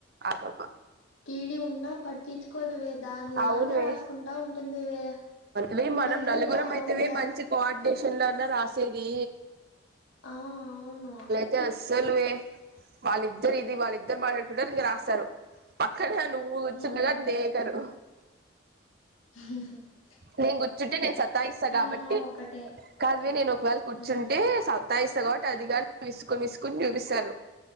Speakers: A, on the right; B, on the left.
A: అమ్మమ్మ
B: టీడి ఉన్నా పట్టించుకోదవె దాన్ని దాందే
A: అవునువే
B: రాసుకుంటా ఉ దివే
A: వే
B: ఉన్నా
A: మనం
B: కూడా
A: నలుగురం
B: లాభంలె
A: అయితేవే మంచి కోఆర్డినేషన్ లో అన్నా రాసేది
B: ఆ అవును
A: అయితే అస్సలు వే వాళ్ళిద్దరు ఇది వాళ్ళ ఇద్దరు మాట్లాడుకుంటారు ఇంకా రాస్తారు పక్కనే నువ్వు కూర్చుండగా
B: హ్మ్
A: దకరు
B: హ
A: నేను కూర్చుంటే నేను సత్తాయిస్తా కాబట్టి
B: ఉన్నా ఒకటే
A: కాదువి నేను ఒకవేళ కూర్చుంటే
B: హ్మ్
A: తయిస కాబట్టి అదిగా మీసుకని మీసుకొని చూపిస్తారు